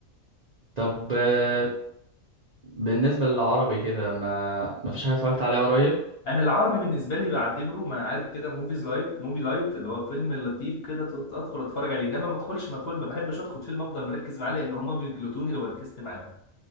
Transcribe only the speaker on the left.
انا العربي بالنسبه لي بعتبره ما عارف كده موفيز لايت موفي لايت اللي هو فيلم لطيف كده ت- ادخل اتفرج عليه انما ما ادخلش ما ادخل ما بحبش ادخل فيلم افضل مركز معاه لان هما بيجلطوني لو ركزت معاهم